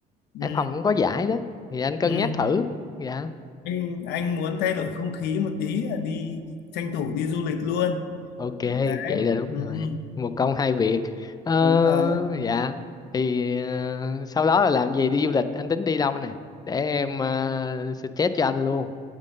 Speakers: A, on the left; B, on the left.
A: ừ,
B: Hải Phòng cũng có giải đó thì anh cân
A: ừ.
B: nhắc thử dạ
A: Anh anh muốn thay đổi không khí một tí là đi tranh thủ đi du lịch luôn.
B: Ok,
A: Đấy,
B: vậy là đúng
A: ừ,
B: rồi.
A: ừ,
B: Một công hai việc. Ờ,
A: đúng rồi.
B: dạ. Thì ờ, sau đó là làm gì đi du lịch? Anh tính đi đâu nè? Để em ờ, suggest cho anh luôn.